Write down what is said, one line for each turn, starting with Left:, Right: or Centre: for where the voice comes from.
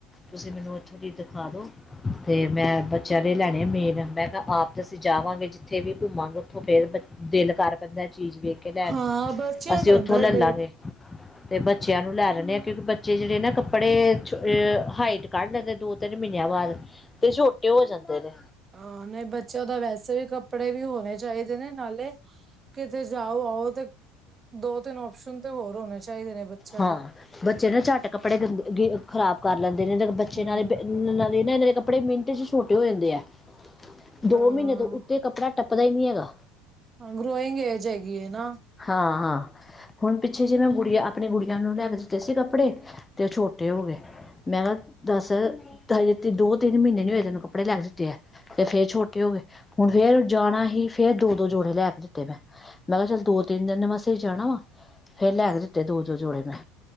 Left: ਤੁਸੀਂ ਮੈਨੂੰ ਇੱਥੋਂ ਦੀ ਦਿਖਾਦੋ ਤੇ, ਮੈਂ ਬੱਚਿਆਂ ਦੇ ਲੈਣੇ ਆ ਮੇਨ, ਮੈਂ ਕਿਹਾ ਆਪ ਤੇ ਅਸੀਂ ਜਾਵਾਂਗੇ ਜਿੱਥੇ ਵੀ ਘੁੰਮਾਂਗੇ ਉੱਥੋਂ ਫਿਰ, ਦਿਲ ਕਰ ਪੈਂਦਾ ਚੀਜ਼ ਵੇਖਕੇ ਲੈਣ
Right: ਹਾਂ
Left: ਨੂੰ,
Right: ਬੱਚਿਆਂ
Left: ਅਸੀਂ
Right: ਦਾ
Left: ਉੱਥੋਂ
Right: ਹੁੰਦਾ
Left: ਲੈ ਲਾਂਗੇ।
Right: ਬੇ
Left: <inaudible> ਤੇ ਬੱਚਿਆਂ ਨੂੰ ਲੈ ਦੇਂਨੇ ਆ, ਕਿਉਂਕਿ ਬੱਚੇ ਜਿਹੜੇ ਨਾ ਕੱਪੜੇ'ਚ ਹਾਈਟ ਕੱਢ ਲੈਂਦੇ ਆ ਦੋ ਤਿੰਨ ਮ੍ਹੀਨੀਆਂ ਬਾਅਦ, ਤੇ ਛੋਟੇ ਹੋ ਜਾਂਦੇ ਨੇ।
Right: ਹਾਂ-ਨਹੀਂ, ਬੱਚਿਆਂ ਦਾ ਵੈਸੇ ਵੀ ਕੱਪੜੇ ਵੀ ਹੋਣੇ ਚਾਹੀਦੇ ਨੇ। ਨਾਲੇ, ਕਿਤੇ ਜਾਓ-ਆਓ ਤੇ ਦੋ-ਤਿੰਨ ਔਪਸ਼ਨ ਤੇ ਹੋਰ ਹੋਣੇ ਚਾਹੀਦੇ ਨੇ, ਬੱਚਿਆ
Left: ਹਾਂ
Right: ਦੇ।
Left: ਬੱਚੇ ਨਾ ਝੱਟ ਕੱਪੜੇ ਗੰਦੇ ਖ਼ਰਾਬ ਕਰ ਲੈਂਦੇ ਨੇ, ਦੇਖ ਬੱਚੇ
Right: ਹਮ
Left: ਨਾਲੇ ਬੇ ਨਾਲੇ ਇੰਨਾ ਦੇ ਕੱਪੜੇ ਮਿੰਟ'ਚ ਛੋਟੇ ਹੋ ਜਾਂਦੇ ਆ, ਦੋ
Right: ਹਾਂ
Left: ਮਹੀਨੇ ਤੋਂ ਉ ਤੇ ਕੱਪੜਾ ਟੱਪਦਾ ਈ ਨਹੀਂ ਹੈਗਾ।
Right: ਹਾਂ, ਗ੍ਰੋਈੰਗ ਏਜ ਹੈਗੀਏ ਨਾ।
Left: ਹਾਂ-ਹਾਂ। ਹੁਣ ਪਿੱਛੇ ਜੇ ਮੈਂ ਗੁੜੀਆ, ਆਪਣੀ ਗੁੜੀਆਂ ਨੂੰ ਲੈਕੇ ਦਿੱਤੇ ਸੀ ਕੱਪੜੇ, ਤੇ ਉਹ ਛੋਟੇ ਹੋ ਗਏ। ਮੈਂ ਕਿਹਾ, ਦੱਸ, ਹਜੇ ਦੋ-ਤਿੰਨ ਮਹੀਨੇ ਨੀ ਹੋਏ ਤੈਨੂੰ ਕੱਪੜੇ ਲੈਕੇ ਦਿੱਤੇ ਐ ਤੇ ਫੇਰ ਛੋਟੇ ਹੋਗੇ ਹੁਣ ਫੇਰ ਜਾਣਾ ਹੀ ਫੇਰ ਦੋ-ਦੋ ਜੋੜੇ ਲੈਕੇ ਦਿੱਤੇ ਮੈ ਮੈਂ'ਕਿਅਤ ਚੱਲ ਦੋ ਤਿੰਨ ਦਿਨ ਵਾਸਤੇ ਈ ਜਾਣਾ ਵਾ ਫੇਰ ਲੈਕੇ ਦਿੱਤੇ ਦੋ-ਦੋ ਜੋੜੇ ਮੈਂ।